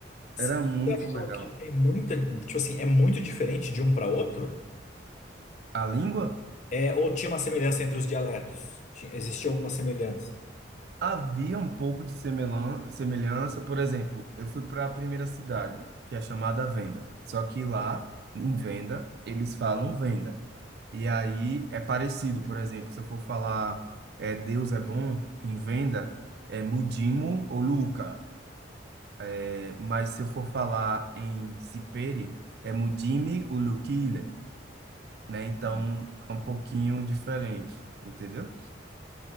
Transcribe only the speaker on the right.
Era muito
legal.
A língua?
Havia um pouco de semelan- semelhança, por exemplo, eu fui para a primeira cidade, que é chamada Venda. Só que lá, em Venda, eles falam Venda. E aí é parecido, por exemplo, se eu for falar é, Deus é bom em Venda, é Mudimo ou Luca. É, mas se eu for falar em Sipere, é Mudime ou Luquile, né? Então
é um pouquinho diferente, entendeu?